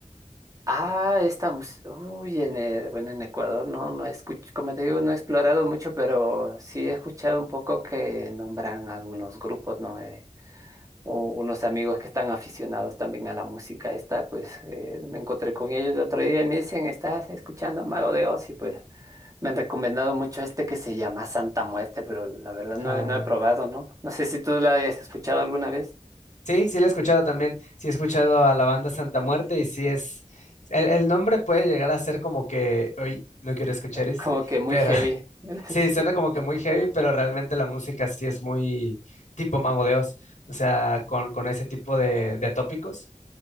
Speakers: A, on the right (about 25°); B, on the left (about 75°).
A: Ah, esta música. Uy, en, eh, bueno, en Ecuador no, no he escuch- como te digo, no he explorado mucho, pero sí he escuchado un poco que nombran algunos grupos, ¿no? Eh, u- unos amigos que están aficionados también a la música esta, pues eh, me encontré con ellos el otro día y me dicen, ¿estás escuchando a Mago de Oz? Y pues me han recomendado mucho este que se llama Santa Muerte, pero la verdad no,
B: Ah,
A: he- no he probado, ¿no? No sé si tú la hayas escuchado alguna vez,
B: sí, sí la he escuchado también. Sí he escuchado a la banda Santa Muerte y sí es... El, el nombre puede llegar a ser como que, hoy no quiero escuchar esto,
A: como que muy
B: pero
A: heavy.
B: <laughs>
A: <laughs>
B: Sí, suena como que muy heavy, pero realmente la música sí es muy tipo Mago de Oz, o sea, con, con ese tipo de, de tópicos.